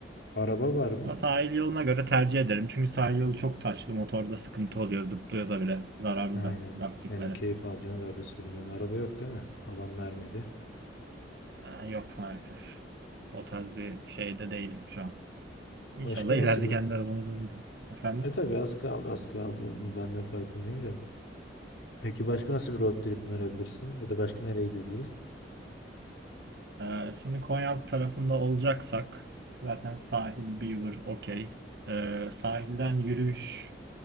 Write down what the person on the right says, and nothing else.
Ama sahil yoluna göre tercih ederim. Çünkü sahil yolu çok taşlı. Motorda sıkıntı oluyor. Zıplıyoruz da bile. Zararlı
da lastiklere.
Aa, yok maalesef. O tarz bir şeyde değilim şu an. İnşallah
ileride
kendi arabamız olacak. Efendim?
Ee, şimdi Konyaaltı tarafında olacaksak zaten sahil, Beaver okey. Ee, sahilden yürüyüş